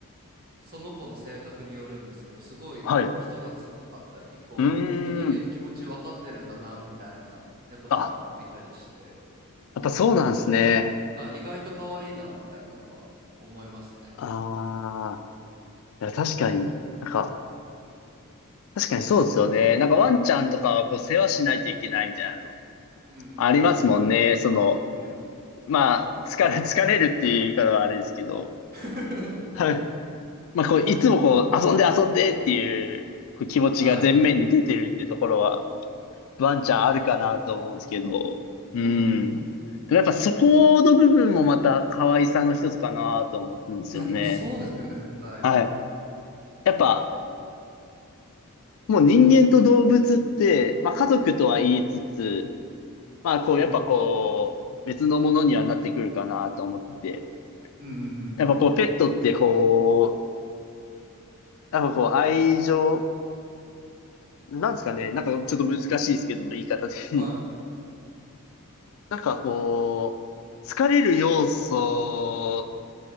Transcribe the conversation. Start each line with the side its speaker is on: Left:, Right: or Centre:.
Right: その子の性格によるんですけど、すごい人懐っこかったり、
Left: はい。う
Right: こう、
Left: ー
Right: あ人間の気持ち分かってるんだな、
Left: ん。
Right: みたいな猫ちゃんとかもいたりして、
Left: あ、やっぱそうなんですね。
Right: はい、意外と可愛いな、みたいなのは思いますね。
Left: ああ、いや確かに、なんか、確かにそうですよね。なんかワンちゃんとかはこう世話しないといけないみたいなの
Right: うんうんうん
Left: ありますもんね。その、
Right: うん。うん。
Left: まあ、疲れ、<laughs> 疲れるっていう言い方はあれですけど、
Right: <laughs>
Left: はい。まあ、こう、いつもこう、遊んで遊んでっていう、こう気持ちが前面に出てるっていうところは、
Right: はい。
Left: ワンちゃんあるかなと思うんですけど、うん。
Right: うん。
Left: でもやっぱそこの部分もまた可愛さの一つかなと思うんですよね。
Right: いや、でもそうですよね、絶対。
Left: はい。やっぱ、もう人間と動物って、まあ家族とは言いつつ、まあこうやっぱこう別のものにはなってくるかなと思ってて、
Right: うん。うんうんう
Left: やっぱこうペットってこう、
Right: ん
Left: なんかこう愛情、なんですかね、なんかちょっと難しいですけど、言い方で。<laughs>
Right: うん。はい。
Left: なんかこう、疲れる要素